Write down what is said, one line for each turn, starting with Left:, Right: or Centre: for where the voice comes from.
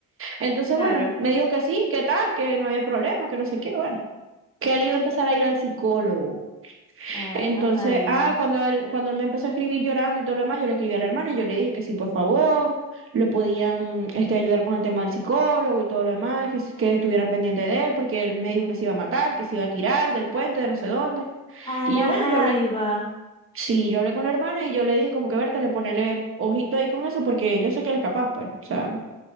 Right: Entonces,
Left: claro.
Right: bueno, me dijo que sí, que tal, que no había problema, que no sé qué, bueno. Que él iba a empezar a ir al psicólogo.
Left: A
Right: Entonces,
Left: la vaina.
Right: ah, cuando él, cuando él me empezó a escribir llorando y todo lo demás, yo le escribí al hermano y yo le dije que sí, por favor, lo podían este, ayudar con el tema del psicólogo y todo lo demás, que, si- que estuvieran pendientes de él, porque él me dijo que se iba a matar, que se iba a tirar del puente, de no sé dónde.
Left: A
Right: Y
Left: la
Right: yo, bueno,
Left: jaiba.
Right: yo hablé, sí, yo hablé con la hermana y yo le dije como que verte, le ponele ojito ahí con eso, porque yo sé que él es capaz, pues, o sea,